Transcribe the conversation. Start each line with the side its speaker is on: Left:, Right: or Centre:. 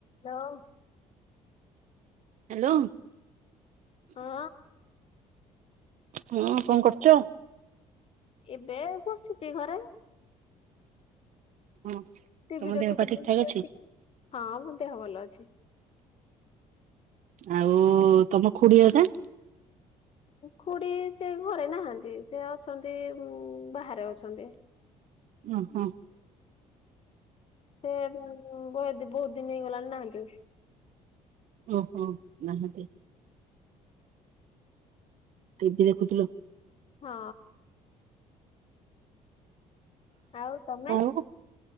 Left: ଲୋ।
Right: ହାଲୋ।
Left: ହଁ।
Right: ହଁ କଣ କରୁଚ?
Left: ଏବେ ବସିଚି ଘରେ।
Right: ହଁ
Left: ଟିଭି
Right: ତମ
Left: ଦେଖୁଥିଲି
Right: ଦେହ ପା ଠିକ
Left: <unintelligible>
Right: ଠାକ ଅଛି
Left: ହଁ ମୋ ଦେହ ଭଲ ଅଛି।
Right: ଆଉ ତମ ଖୁଡି ହେକା।
Left: ଖୁଡି ସେ ଘରେ ନାହାନ୍ତି, ସେ ଅଛନ୍ତି ବାହାରେ ଅଛନ୍ତି।
Right: ଓ ହଁ।
Left: ସେ ବ ବହୁତ୍ ଦିନ ହେଇଗଲାଣି ନାହାନ୍ତି ଆଉ।
Right: ଓହୋ ନାହାନ୍ତି। ଟଭି ଦେଖୁଥିଲୁ।
Left: ହଁ। ଆଉ ତମେ?
Right: ଆଉ